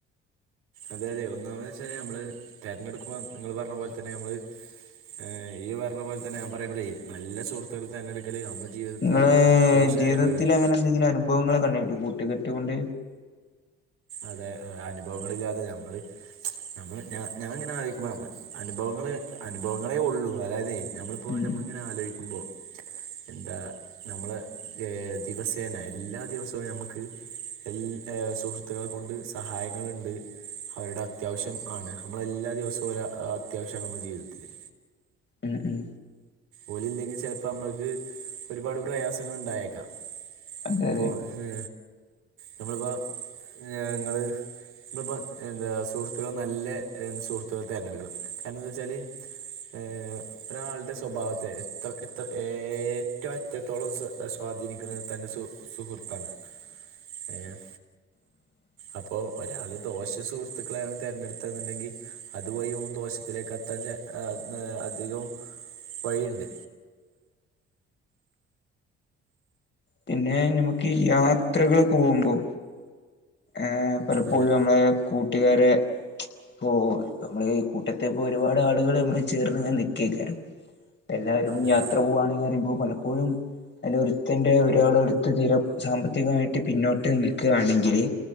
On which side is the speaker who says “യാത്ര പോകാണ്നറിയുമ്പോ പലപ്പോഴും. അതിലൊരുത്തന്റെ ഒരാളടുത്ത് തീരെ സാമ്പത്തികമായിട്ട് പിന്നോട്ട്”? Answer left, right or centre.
Left